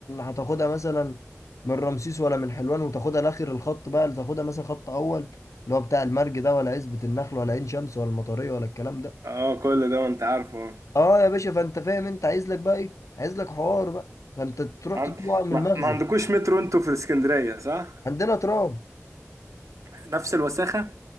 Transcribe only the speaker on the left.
هتاخدها مثلا من رمسيس ولا من حلوان وتاخدها لاخر الخط بقى اللي تاخدها مثلا خط اول اللي هو بتاع المرج ده ولا عزبة النخل ولا عين شمس ولا المطرية ولا الكلام ده
اه يا باشا فانت فاهم انت عايز لك بقى ايه عايز لك حوار بقى فانت تروح
تجيب ورق من
المخزن
عندنا ترام